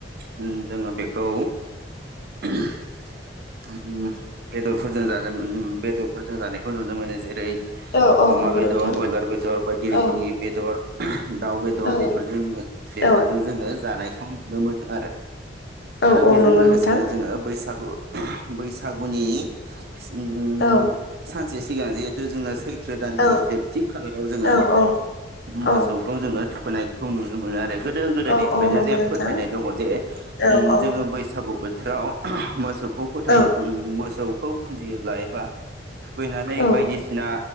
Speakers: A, on the right; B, on the left.
A: उम जोङो बेखौ <unintelligible> उ बेदरफोरजों जानो बेदरफोरजों जानायखौ नुनो मोनो जे ओै
B: औ औ
A: अमा
B: नंगौ
A: बेदर
B: नोंथां
A: ब्रयलार बेदर बायदि रोखोमनि
B: औ
A: बेदर। दाउ बेदर
B: औ
A: बेफोरजों जोङो बेफोरजों
B: औ
A: जोङो जानायखौ नुनो मोनो आरो।
B: औ
A: आरो
B: औ
A: बेजों
B: नंगौ
A: लोगोसेनो
B: नोंथां
A: जोङो बैसागु बैसागुनि उम
B: औ
A: सानसे सिगां जिहेथु जोंङो सो सोदाननि
B: औ
A: जेबथि खालाराव जोङो
B: औ औ औ
A: मोसौखौ जोङो थुखोनायखौ नुनो मोनो आरो। गोदो गोदनिफ्रायनो
B: औ औ नंगौ
A: जे
B: नोंथां
A: फोथायनाय दङ जे
B: औ औ
A: जोङो बैसागु बोथोराव मोसौखौ फोथायो
B: औ
A: मोसौखौ फुजियोब्ला एबा थुुखैनानै
B: औ
A: बायदिसिना